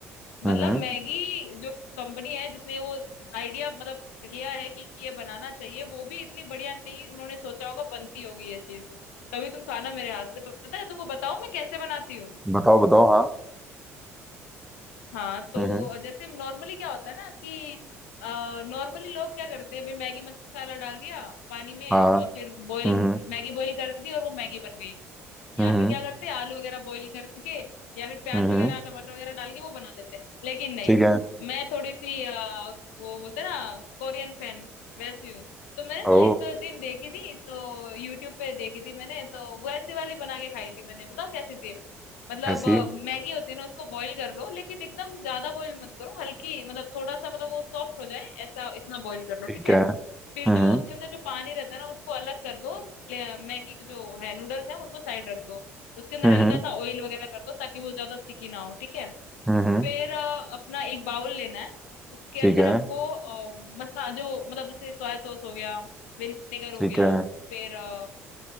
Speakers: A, on the left; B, in the centre.
A: मतलब
B: हम्म हम्म,
A: मैगी जो कंपनी है जिसने वो आइडिया मतलब किया है कि ये बनाना चाहिए वो भी इतनी बढ़िया नहीं उन्होंने सोचा होगा बनती होगी ये चीज कभी तुम खाना मेरे हाथ से पता है तुमको बताऊं मैं कैसे बनाती हूँ
B: बताओ बताओ हाँ
A: हाँ तो
B: हम्म हम्म,
A: जैसे नॉर्मली क्या होता है ना कि नॉर्मली लोग क्या करते हैं भाई मैगी मसाला डाल दिया पानी में
B: हाँ
A: और फिर
B: हम्म
A: बॉईल
B: हम्म
A: मैगी बॉईल कर दी और वो मैगी बन गई या
B: हम्म
A: फिर क्या करते हैं आलू वगैरह बॉईल करके या फिर प्याज
B: हम्म,
A: वगैरह
B: हम्म,
A: टमाटर वगैरह डाल के वो बना लेते हैं लेकिन नहीं
B: ठीक है
A: मैं थोड़ी सी अ, वो बोलते हैं ना कोरियन फैन वैसी हूँ तो मैंने ना
B: ओ
A: एक दिन देखी थी तो यूट्यूब पे देखी थी मैंने तो वैसी वाली बना के खाई थी मैंने बताओ कैसी थी मतलब
B: ऐसी
A: अ, मैगी होती है ना उसको बॉईल कर लो लेकिन एकदम ज्यादा बॉईल मत करो हल्की मतलब थोड़ा सा मतलब वो सॉफ्ट हो जाए ऐसा इतना बॉईल कर लो
B: ठीक
A: ठीक है
B: है हम्म
A: फिर जो
B: हम्म
A: उसके अंदर जो पानी रहता है ना उसको अलग कर दो और प्ले- मैगी के जो है नूडल्स है उनको साइड रख दो उसके अंदर
B: हम्म
A: हल्का
B: हम्म,
A: सा ऑयल वगैरह कर दो ताकि वो ज्यादा स्टिकी ना हो ठीक है
B: हम्म, हम्म,
A: फिर अ, अपना एक बाउल लेना है उसके
B: ठीक
A: अंदर
B: है
A: हमको मसा जो मतलब जैसे सोया सॉस हो गया विनेगर हो
B: ठीक
A: गया
B: है
A: फिर अ,